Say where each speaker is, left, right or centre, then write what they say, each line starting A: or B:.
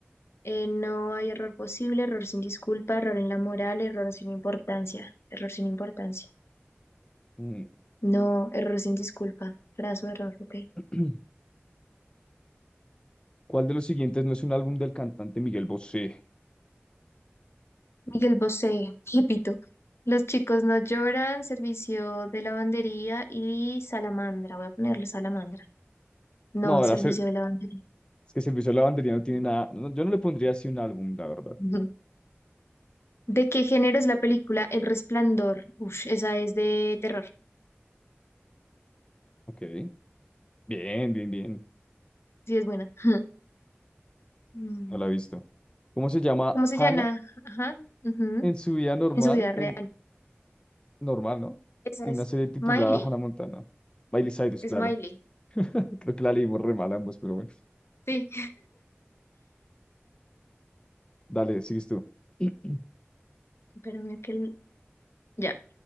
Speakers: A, on the left (about 75°); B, on the left (about 20°).
A: Eh, no hay error posible, error sin disculpa, error en la moral, error sin importancia, error sin importancia.
B: Mm.
A: No, error sin disculpa, craso error, ok.
B: <clears throat> ¿Cuál de los siguientes no es un álbum del cantante Miguel Bosé?
A: Miguel Bosé, <laughs> repito. Los chicos no lloran, servicio de lavandería y salamandra. Voy a ponerle salamandra. No,
B: No, ahora
A: servicio
B: se-
A: de lavandería.
B: es que Servicio a la Bandería no tiene nada. no, yo no le pondría así un álbum, la verdad.
A: <laughs> Ujú. ¿De qué género es la película El Resplandor? Uf, esa es de terror.
B: Ok. Bien, bien, bien.
A: Sí, es buena. <laughs> Mm.
B: No la he visto. ¿Cómo se llama
A: ¿Cómo se
B: Hannah
A: llama? Ajá, ujú,
B: en su vida normal?
A: En su vida real.
B: En, normal, ¿no?
A: Esa
B: En
A: es
B: una serie titulada
A: Miley,
B: Hannah Montana. Miley Cyrus,
A: es
B: claro.
A: Miley.
B: <laughs> Creo que la leímos re mal ambos, pero bueno.
A: Sí,
B: Dale, sigues tú. <clears throat>
A: espérame que... el- Ya.